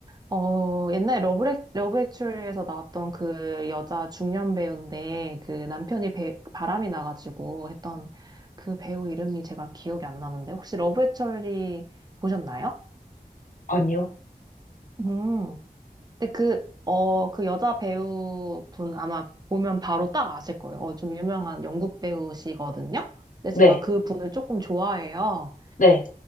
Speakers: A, on the right; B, on the left.
A: 어, 옛날에 러브, 액, 러브 액츄얼리에서 나왔던 그 여자 중년 배우인데 그 남편이 배, 바람이 나가지고 했던 그 배우 이름이 제가 기억이 안 나는데 혹시 러브 액츄얼리 보셨나요?
B: 아니요?
A: 음. 근데 그, 어, 그 여자 배우분 아마 보면 바로 딱 아실 거예요. 어, 좀 유명한 영국 배우시거든요. 근데
B: 네.
A: 제가 그 분을 조금 좋아해요.
B: 네.